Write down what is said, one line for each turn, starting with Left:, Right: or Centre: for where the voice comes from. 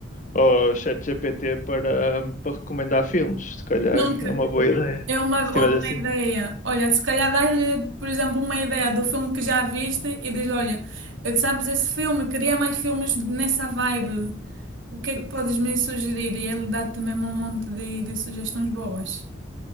Left: ao ChatGPT para, para recomendar filmes, se calhar
Right: Nunca.
Left: é uma boa ideia.
Right: É uma
Left: Se tiver
Right: ótima
Left: assim.
Right: ideia. Olha, se calhar dás-lhe, por exemplo, uma ideia do filme que já viste e diz, olha, sabes esse filme, queria mais filmes nessa vibe. O que é
Left: Hum.
Right: que podes me sugerir? E ele dá-te mesmo um monte de de sugestões boas.